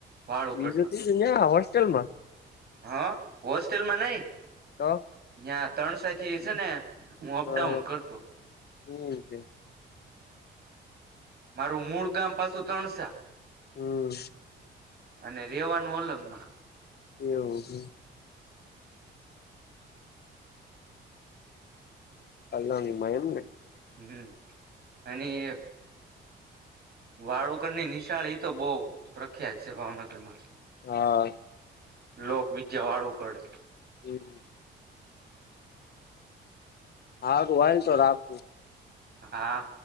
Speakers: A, on the right; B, on the left.
A: વાળુકડમાં
B: બીજું ત્રીજું ત્યાં હોસ્ટેલમાં.
A: હા હોસ્ટેલમાં નઈ
B: તો
A: ત્યાં ત્રણ સાથી છે ને હું અપડાઉન
B: હા
A: કરતો.
B: હમ છે
A: મારું મૂળ ગામ પાછું ત્રણસા.
B: હમ્મ.
A: અને રેવાનું અલંગ માં.
B: એવું. અલગ મા એમ ને
A: હમ્મ <inaudible> અને વાળુકરની નિશાળ એ તો બહું પ્રખ્યાત છે ભાવનગર માં.
B: હા.
A: લોકવિજ્યા વાળું કરડે.
B: હમ. હા ગોવાળ શો આપ
A: હા.